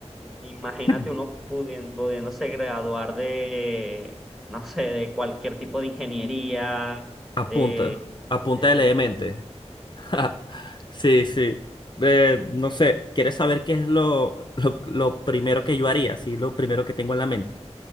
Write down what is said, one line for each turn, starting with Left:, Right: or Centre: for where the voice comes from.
Centre: Imagínate
Left: <laughs>
Centre: uno pudien- pudiéndose graduar de, no sé, de cualquier tipo de ingeniería,
Left: Apunta,
Centre: de,
Left: apunta
Centre: de ese
Left: de leer
Centre: tipo.
Left: mente. <laughs> Sí, sí. Eh, no sé, ¿quieres saber qué es lo, lo, lo primero que yo haría? Sí, lo primero que tengo en la mente.